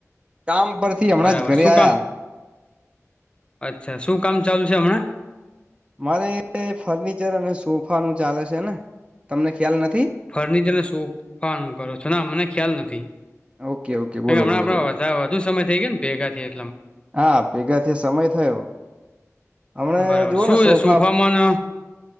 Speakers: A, on the right; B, on the left.
A: કામ પરથી હમણાં
B: બરાબર
A: જ ઘરે
B: શું
A: આયા
B: કામ અચ્છા શું કામ ચાલુ છે હમણાં
A: મારે ફર્નિચર અને સોફા નું ચાલે છે ને તમને ખ્યાલ નથી.
B: ફર્નિચરને સોફા નું કરો છો ના મને ખ્યાલ નથી.
A: ઓકે ઓકે
B: હમણાં
A: બોલો બોલો
B: આપણા
A: બોલો
B: વધા વધુ સમય થઈ ગયો ને ભેગા થયે
A: હા ભેગાથી સમય થયો હમણા
B: બરાબર
A: જોવ
B: શું
A: ને સોફા
B: સોફામાં ન